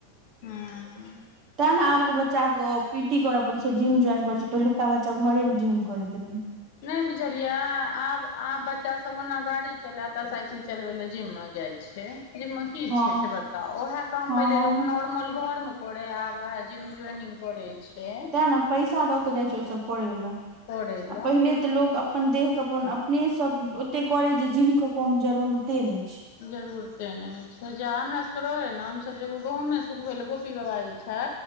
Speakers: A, on the left (about 50°); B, on the right (about 30°).
A: हँ
B: तें ने आबके बच्चाक पी टी करऽ पड़े छै जिम जोइन कर छै पहिलुका बच्चा घरे मे जिम करैत रहे
A: नहि बुझलियै आब आब बच्चा सब ओना गाड़ी चलाता साइकिल चलबै ला जिम मे जाय छै जिम मे की
B: हँ
A: छै से बताउ ओएहे काम
B: हँ
A: पहिले लोक नॉर्मल घरमे करे आब वएह जीम जुनिंग करै छै
B: ने पैसा दऽ क जाइ छै ओ सब करै ल
A: करे
B: आ
A: लए
B: पहिले त लोक अपन देह के अपन अपने सब ओते करे जे जिम के कोनो जरूरते नहि छै
A: जरूरते नहि छै जे हमरा सबके रहै न हमस जेगो गहुँमे सुखबे ल गोपी बाबा जे छै